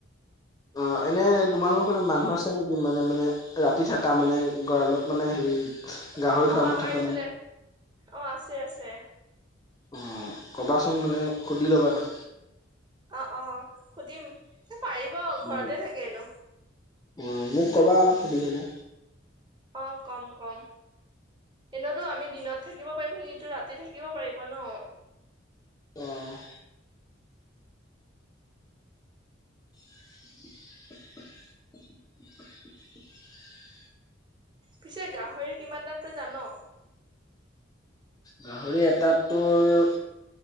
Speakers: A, on the left; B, on the right.
A: অ' এনে তোমাল লগৰ ফেলে মানুহ আছে নেকি মানে, মানে ৰাতি থাকা মানে গড়ালত মানে হেৰি গাহৰি
B: অ'অ'
A: ফাৰ্মত
B: আমাৰ
A: থাকা
B: ইফালে
A: মানে
B: অ' আছে, আছে।
A: অ' কবাচোন মানে সুধি ল'বা তাক।
B: অ'অ' সুধিম এই পাৰিব ঘৰতে
A: উম,
B: থাকে এনেও।
A: অ' মোক ক'বা সুধিকেনে?
B: অ' কম, কম। এনেতো আমি দিনত থাকিব পাৰিম সিটো ৰাতি থাকিব পাৰিব ন।
A: অ', <inaudible>
B: পিছে গাহৰি কিমান দাম তই যা ন?
A: গাহৰি এটাত তোৰ